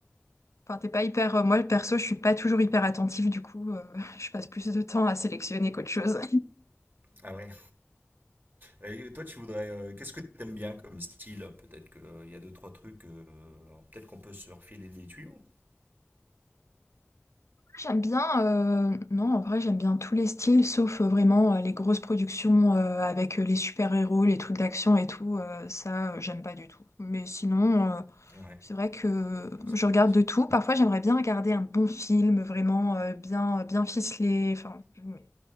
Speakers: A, on the left; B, on the right.
A: enfin, t'es pas hyper, euh, moi perso je suis pas toujours hyper attentive du coup, euh, <laughs> je passe plus de temps à sélectionner qu'autre chose.
B: Ah ouais. Et toi, tu voudrais, euh, qu'est-ce que t'aimes bien comme style Peut-être qu'il y a deux trois trucs. euh, peut-être qu'on peut se refiler des tuyaux.
A: J'aime bien, euh, non, en vrai, j'aime bien tous les styles, sauf euh, vraiment euh, les grosses productions euh, avec euh, les super-héros, les trucs d'action et tout. euh, ça, euh, j'aime pas du tout. Mais sinon, euh,
B: Ouais,
A: c'est vrai que
B: ouais, c'est
A: je
B: pareil
A: regarde
B: aussi.
A: de tout. Parfois, j'aimerais bien regarder un bon film, vraiment euh, bien, bien ficelé. Enfin, mais